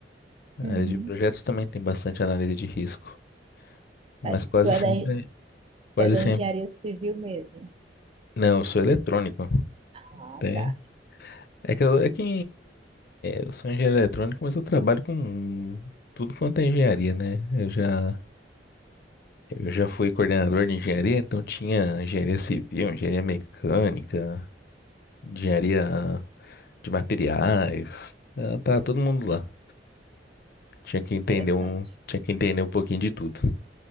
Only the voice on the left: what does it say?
A
área de projetos também tem bastante análise de risco, mas
quase
sempre,
quase
sempre.
Não, eu sou eletrônico.
Tem-
É que eu, é que eu sou engenheiro eletrônico, mas eu trabalho com tudo quanto é engenharia, né? Eu já, eu já fui coordenador de engenharia, então tinha engenharia civil, engenharia mecânica. engenharia de materiais. Ah, Tá todo mundo lá. Tinha que entender
um, tinha que entender um pouquinho de tudo.